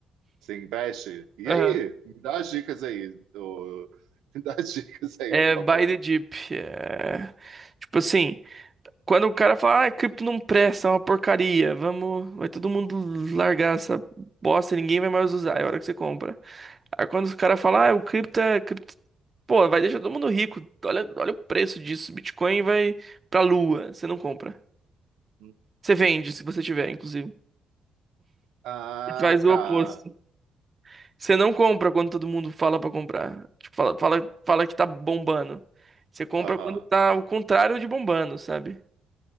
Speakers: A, on the right; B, on the right.
A: você investe. E
B: Aham.
A: aí? Me dá as dicas aí. ô, <laughs> me dá as dicas aí,
B: É
A: por
B: buy
A: favor.
B: the dip. É... Tipo assim, quando o cara fala, ah, cripto não presta, é uma porcaria, vamos, vai todo mundo largar essa bosta, ninguém vai mais usar, é a hora que você compra. Aí quando o cara fala, ah, o cripto é, cripto Pô, vai deixar todo mundo rico. Olha, olha o preço disso. Bitcoin vai pra lua. Você não compra.
A: Hum.
B: Você vende, se você tiver, inclusive.
A: Ah,
B: Você Faz o
A: tá.
B: oposto. Você não compra quando todo mundo fala pra comprar. Tipo, fala, fala, fala que tá bombando. Você compra
A: Aham.
B: quando tá o contrário de bombando, sabe?